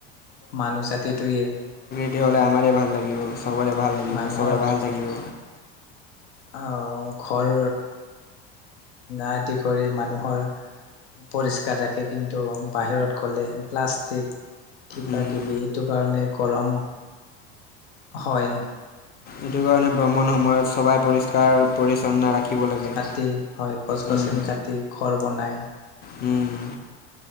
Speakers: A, on the left; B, on the left.
A: মানুহ জাতিটোয়েই।
B: তেতিয়াহ'লে আমাৰেই ভাল লাগিব, চবৰে ভাল লাগিব,
A: মানুহৰ
B: চবে ভাল থাকিব।
A: অঁ! ঘৰ আদি কৰি মানুহৰ পৰিষ্কাৰ ৰাখে কিন্তু বাহিৰত গ'লে প্লাষ্টিক কিবা-কিবি
B: উম,
A: এইটো কাৰণে গৰম হয়।
B: এইটো কাৰণে ভ্ৰমণ সময়ত চবেই পৰিষ্কাৰ-পৰিচ্ছন্ন ৰাখিব লাগে।
A: কি? হয়। গছ-গছনি
B: উম,
A: কাটি ঘৰ বনাই।
B: উম!